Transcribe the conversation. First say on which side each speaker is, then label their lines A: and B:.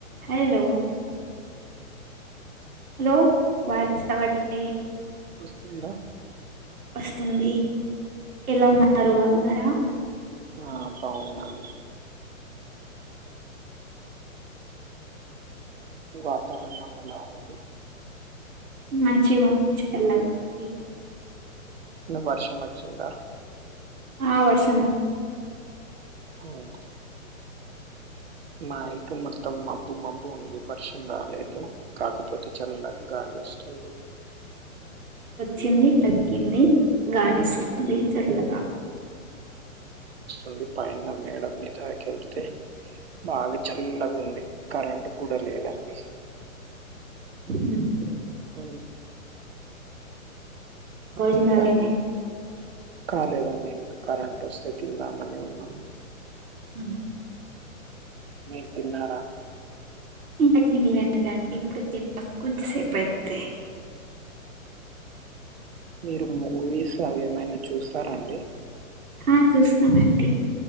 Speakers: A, on the right; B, on the right.
A: హలో
B: హలో
A: హలో వాయిస్ రావట్లే
B: వస్తుందా
A: వస్తుంది ఎలా ఉన్నారు బాగున్నారా
B: ఆ బాగున్నాము వాతావరనం ఎలా ఉంది
A: మంచిగా ఉంది చల్లగా ఉంది
B: వర్షం వచ్చింద
A: ఆ వర్షం
B: ఆవు
A: <inaudible>
B: మా ఇటు మొత్తం మబ్బు మబ్బు ఉంది వర్షం రాలేదు కాకపోతే చల్లగా గాలి వస్తుంది
A: చింది తగ్గింది గాలీస్తుంది
B: ఉమ్,
A: చల్లగా
B: ఉంది పైన మేడ మీదాక వెళ్తే బాగా చల్లగా ఉంది కరెంట్ కూడ లేదండి
A: ఉమ్,
B: ఉ
A: భోజనాలేనే
B: ఇంక కాలేదండి కరెంట్ వస్తే తిందామని ఉన్నాము.
A: అ
B: మీరు తిన్నారా?
A: ఇంకా తినలేదాండి ఇప్పుడు తింటాం కొద్ధి సేపుయితే
B: మీరు మూవీస్ అవిమైనా చూస్తారాండి?
A: ఆ చూస్తానండి